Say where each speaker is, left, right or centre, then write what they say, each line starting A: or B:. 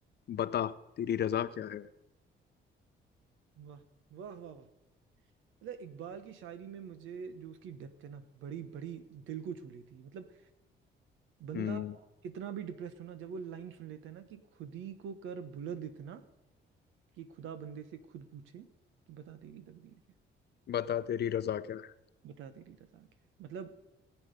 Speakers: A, on the left; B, on the right.
A: बता तेरी रजा क्या है
B: वाह वाह वाह वाह मतलब इकबाल की शायरी में मुझे जो उसकी डेप्थ है ना बड़ी बड़ी दिल को छू लेती है मतलब बंदा
A: हम्म
B: कितना भी डिप्रेस्ड हो ना जब वो लाइन सुन लेता है ना कि खुद ही को कर बुलंद इतना कि खुदा बंदे से खुद पूछे कि बता तेरी तकदीर क्या
A: बता तेरी रजा क्या है
B: है, बता तेरी रजा क्या है मतलब